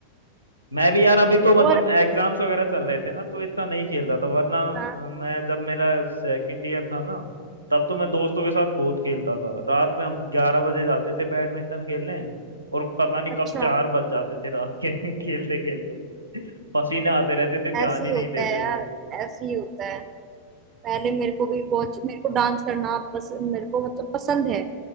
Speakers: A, on the right; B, on the right.
A: मैं भी यार अभी तो
B: और
A: मतलब एग्जाम्स वगैरह चल रहे थे ना तो इतना नहीं खेल रहा था वरना
B: हाँ
A: अ, मैं जब मेरा सेकंड ईयर था ना तब तो मैं दोस्तों के साथ बहुत खेलता था रात में हम ग्यारह बजे जाते थे बैडमिंटन खेलने और पता नहीं
B: अच्छा
A: कब चार बज जाते थे रात के <laughs> खेलते खेलते पसीने आते रहते थे ध्यान
B: ऐसे ही
A: ही नहीं
B: होता
A: देते
B: है यार
A: थे
B: ऐसे ही होता है पहले मेरे को भी बहुत मेरे को डांस करना पसंद मेरे को मतलब पसंद है